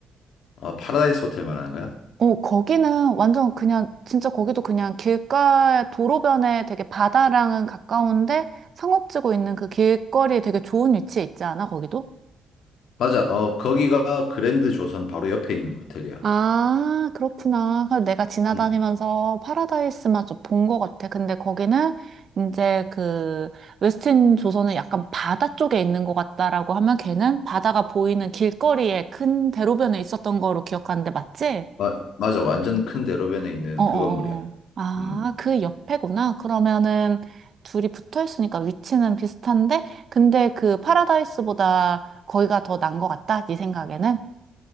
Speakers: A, on the left (about 75°); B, on the right (about 50°).
A: 아, 파라다이스 호텔 말하는 거야?
B: 어, 거기는 완전 그냥, 진짜 거기도 그냥 길가, 도로변에 되게 바다랑은 가까운데, 상업지고 있는 그 길거리에 되게 좋은 위치에 있지 않아, 거기도?
A: 맞아. 어, 거기가 그랜드 조선 바로 옆에 있는 호텔이야.
B: 아, 그렇구나. 그래서 내가 지나다니면서
A: 음.
B: 파라다이스만 좀 본 것 같아. 근데 거기는 이제 그 웨스틴 조선은 약간 바다 쪽에 있는 것 같다라고 하면 걔는 바다가 보이는 길거리에 큰 대로변에 있었던 거로 기억하는데 맞지?
A: 마, 맞아. 완전 큰 대로변에 있는
B: 어어어.
A: 그 건물이야.
B: 아,
A: 음.
B: 그 옆에구나. 그러면은 둘이 붙어 있으니까 위치는 비슷한데, 근데 그 파라다이스보다 거기가 더 난 것 같다. 네 생각에는?